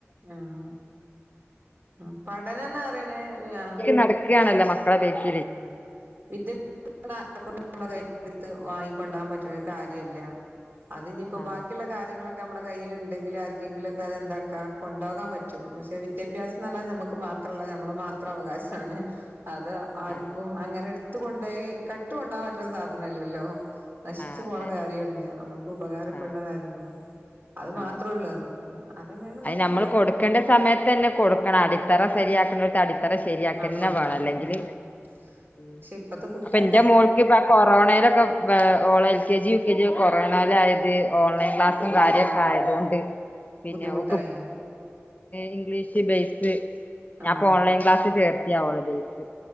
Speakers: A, on the right; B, on the left.
A: ആഹ് ആഹ് പഠനംന്ന് പറയണേ ആഹ്
B: നടക്കാണല്ലോ മക്കളെ ദേഷ്
A: ആഹ് വിദ്യാഭ്യാസം എന്നാ ആരെ കൊണ്ടും നമ്മ കയ്യ്ന്ന് എടുത്ത് വാങ്ങിക്കൊണ്ടാകാൻ പറ്റുന്ന ഒരു കാര്യല്ല അതിഞ്ഞിപ്പോ
B: ആ
A: ബാ ക്കിള്ള കാര്യങ്ങളൊക്കെ നമ്മുടെ കയ്യില്ണ്ടെങ്കില് ആർക്കെങ്കിലൊക്കെ അതെന്താക്ക കൊണ്ടോകാൻ പറ്റും പക്ഷെ വിദ്യാഭ്യാസ ന്ന് റഞ്ഞാൽ നമ്മക്ക് മാത്രള്ള നമ്മളെ മാത്രം അവകാശാണ് അത് ആർക്കും
B: ആ
A: അങ്ങനെ എടുത്തു കൊണ്ടയി കട്ട് കൊണ്ടാകൻ പറ്റുന്ന സാധനംല്ലല്ലോ നശിച്ചു
B: ആ
A: പോണ
B: അതെ
A: കാര്യല്ലേ നമ്മുക്ക് ഉപകാരപ്പെട്ണ
B: ആ
A: കാര്യങ്ങളാ അത്
B: ആ
A: മാത്രള്ളത് ആഹ് അതന്നെയാണ് ഇന്നത്തെ
B: അത് നമ്മൾ
A: കുട്ടികൾക്ക്
B: കൊടുക്കേണ്ട
A: കൊടുക്കണേ
B: സമയത്തന്നെ കൊടുക്കണം അടിത്തറ ശരിയാക്കണ്ടോ ത്ത് അടിത്തറ ശരിയാക്കന്നെ
A: ആഹ് കൊടുക്കണം
B: വേണം അല്ലെങ്കിൽ
A: ഉം
B: ഉം
A: പക്ഷെ ഇപ്പത്തെ കുട്ടികൾക്ക്
B: അപ്പൊ എന്റെ
A: അതിനുള്ളൊരു
B: മോൾക്ക് കൊറോണയിലൊക്കെ ഏഹ് ഓള L K G U K G കൊറോണായിലായത് ഓൺലൈൻ ക്ലാസ്സും
A: ബുദ്ധിമുട്ട്
B: കാര്യൊക്കെ ആയതോണ്ട് പിന്നെ
A: ബുദ്ധിമുട്ടായ
B: ഓ ഇംഗ്ലീഷ് ബേസ്
A: ആഹ്
B: ഞാൻപ്പൊ ഓൺലൈൻ ക്ലാസ് ചേർത്തിയാ ഓളെ ബേസ്